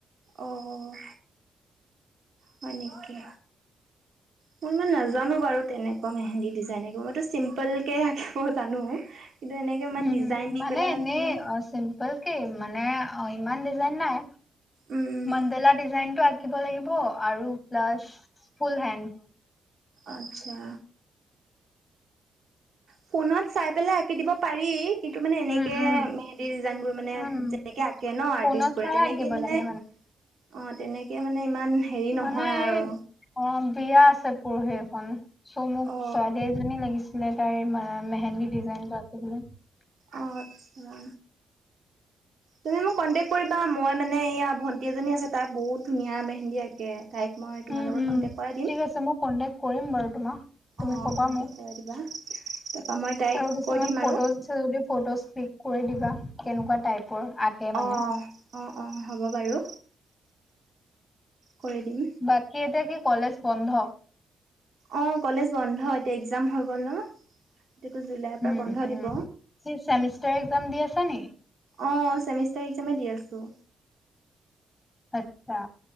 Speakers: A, on the right; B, on the left.
A: অ' হয় নেকি। মই ইমান নাজানো বাৰু তেনেকুৱা মেহেন্দী ডিজাইন মইতো চিম্পুল কে আঁকিব জানো। কিন্তু এনেকে ইমান
B: উম
A: ডিজাইন দি পেলাই
B: এনেই
A: মানে ইমান
B: চিম্পল মানে ইমান ডিজাইন নাই,
A: উম উম
B: মন্দেলা ডিজাইন আঁকিব লাগিব আৰু প্লাচ ফুল হেণ্ড।
A: আচ্ছা ফোনত চাই পেলাই আঁকি দিব পাৰি। কিন্তু মানে এনেকে
B: উম উম
A: মেহেন্দী ডিজাইনবোৰ মানে
B: উম
A: যেনেকে আঁকে ন আৰ্টিষ্ট
B: ফোনত
A: বোৰে
B: চাই
A: তেনেকেই
B: আঁকিব
A: মানে
B: লাগে
A: অ তেনেকে মানে ইমান হেৰি নহয়
B: মানে এই
A: আৰু
B: অ বিয়া আছে পৰহি এখন চ' মোক
A: অ
B: ছোৱালী এজনী লাগিছিলে, তাইৰ মেহেন্দী ডিজাইনটো আছে বোলে।
A: অ আচ্ছা তুমি মোক কন্টেক্ট কৰিবা মই মানে এইয়া ভণ্টি এজনী আছে, তাই বহুত ধুনীয়া মেহেন্দী আঁকে। তাইক মই তোমাৰ
B: উম
A: লগত
B: উম
A: কণ্টেক্ট কৰাই দিম।
B: ঠিক আছে মই কন্টেক্ট কৰিম বাৰু তোমাক তুমি
A: অ
B: ক'বা
A: কণ্টেক
B: মোক
A: কৰাই দিবা। তাৰপা মই তাইক
B: আৰু কিছুমান
A: কৈ দিম
B: ফটো
A: আৰু
B: আছে যদি ফটো স্পিক কৰি দিবা কেনেকুৱা টাইপৰ আঁকে
A: অ
B: মানে।
A: অ অ' হ'ব বাৰু। কৰি দিম
B: বাকী এতিয়া কি কলেজ বন্ধ?
A: অ' কলেজ বন্ধ, এতিয়া এক্জাম হৈ গ'ল ন। এতিয়াতো জুলাইৰ পৰা
B: উ উ
A: বন্ধ দিব
B: স চেমিষ্টাৰ এক্জাম দি আছ নি?
A: অ' চেমিষ্টাৰ এক্জামে দি আছোঁ।
B: আচ্ছা